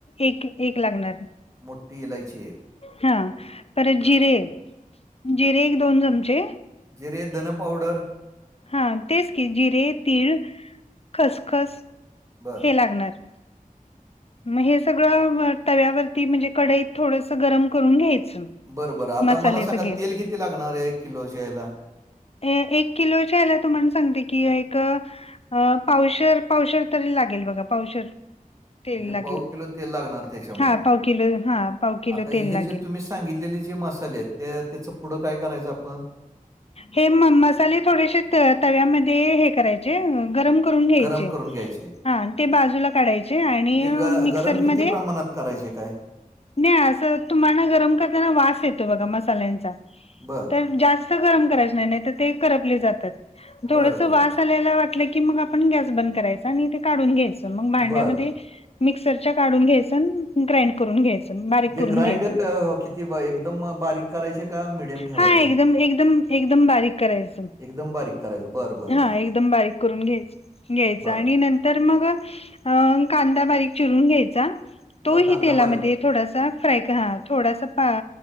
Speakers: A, on the left; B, on the right.
A: एक-एक लागणार.
B: मोठी इलायची एक.
A: हं परत
B: बर
A: जिरे, जिरे एक दोन चमचे
B: जिरे धन पावडर
A: हां तेच की, जिरे तीळ खसखस
B: बर
A: लागणार. म हे सगळं म तव्यावरती म्हणजे कडईत, थोडसं गरम करून घ्यायचं.
B: बरं बरं आता
A: मसाले
B: मला सांगा
A: सगळे
B: तेल किती लागणार ये एक किलोच्या याला?
A: ए-एक किलोच्या याला तुम्हाला सांगते कि, एक अ पावशर-पावशर तरी लागेल बघा पावशर. तेल
B: म्हणजे
A: लागेल
B: पाऊ किलो तेल लागणार त्याच्यामध्ये,
A: हा पाव किलो हा पाव किलो
B: आता
A: तेल
B: हे
A: लागेल
B: जे तुम्ही सांगितलेले जे मसाले येत ते त्याच पुढं काय करायचं आपण?
A: हे म-मसाले थोडेशे तव्यामध्ये हे करायचे, गरम करून घ्यायचे,
B: गरम करून घ्यायचे.
A: हां ते बाजूला काढायचे आणि
B: मग ते ग
A: मिक्सरमध्ये
B: गरम किती प्रमाणात करायचे काय?
A: नाही असं तुम्हाला गरम करताना वास येतो बघा मसाल्यांचा,
B: बरं,
A: तर जास्त स गरम करायचे नाय, नायतर ते करपले जातात, थोडंसं
B: बरं, बरं,
A: वास
B: बरं.
A: आलेलं वाट की म आपण गस बंद करायच आणि काढून घ्यायच मग भांड्यामध्ये
B: बरं.
A: मिक्सरच्या काढून घ्यायचं आणि ग्राइंड करून घ्यायचं. बारीक
B: ते
A: करून
B: ग्राइंड
A: घ्यायचं,
B: अ, किती ब एकदम बारीक करायचे का मीडियम ठेवायचे?
A: हा एकदम एकदम एकदम बारीक करायचं,
B: एकदम बारीक करायचं. बरं, बरं,
A: हा
B: बरं,
A: एकदम
B: बरं.
A: बारीक करून घ्याय- घ्यायच
B: बरं.
A: आणि नं तर मग कांदा बारीक चिरून घ्यायचा, तो
B: मग
A: ही
B: कांदा
A: तेलामध्ये
B: बारीक.
A: थोडासा फ्राय क् हं थोडासा फ